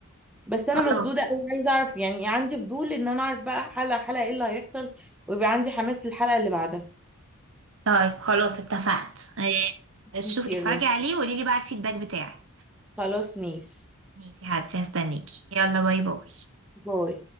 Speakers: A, in the centre; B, on the right.
A: بس انا
B: خلاص
A: مشدوده قوي عايزه اعرف يعني إيه عندي فضول ان انا اعرف بقى حلقه حلقه ايه اللي هيحصل ويبقى عندي حماس للحلقه اللي بعدها
B: طيب خلاص اتفقت آه، شوف
A: انتي
B: اتفرجي
A: إيه الرأي؟
B: عليه وقولي لي بقى الفيدباك بتاعك
A: خلاص ماشي
B: ماشي يا حبيبتي هستنيكي يلا باي باي
A: باي